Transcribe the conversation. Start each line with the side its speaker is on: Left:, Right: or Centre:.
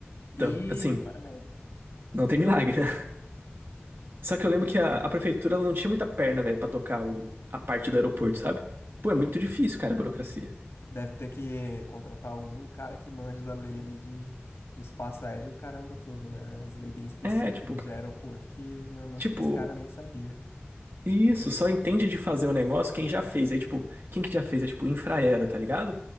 Right: Então,
Left: E,
Right: assim,
Left: mas, mas
Right: não tem milagre, né? Só que eu lembro que a, a prefeitura ela não tinha muita perna, velho, pra tocar o- a parte do aeroporto, sabe? Pô, é muito difícil, cara, a burocracia.
Left: deve ter que contratar algum cara que manja da lei ali de, de espaço aéreo, caramba todo, né? É Umas leis bem específicas
Right: É, tipo,
Left: ali de aeroporto que geralmente
Right: tipo,
Left: eles cara nem sabia.
Right: isso, só entende de fazer o negócio quem já fez. Aí, tipo, quem que já fez? É, tipo, Infraero, tá ligado?